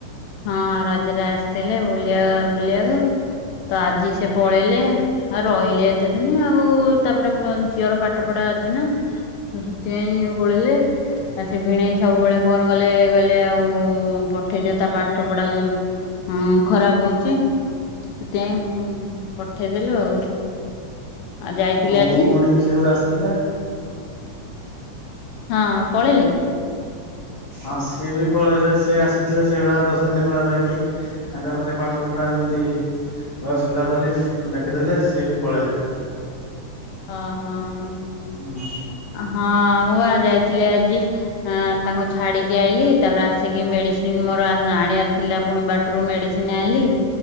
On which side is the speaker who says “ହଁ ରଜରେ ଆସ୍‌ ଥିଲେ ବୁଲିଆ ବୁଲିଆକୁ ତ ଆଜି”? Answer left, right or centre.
Left